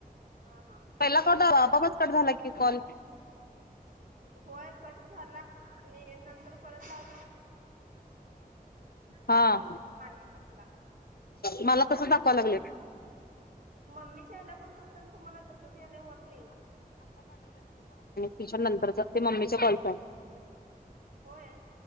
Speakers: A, on the right; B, on the left.
A: हा हा
B: पहिला
A: या
B: क
A: लागले
B: द बापच कट झाला की कॉल.
A: होय कट झाला आणि नंतर परत लाव.
B: हा.
A: टाकला
B: मला कस दाखवा लागले.
A: मम्मी च्यायला पण करतना तुम्हाला तसच याला वॉर्निंग.
B: ट्यशन नंतरचा ते मम्मीचा कॉल कर.
A: होय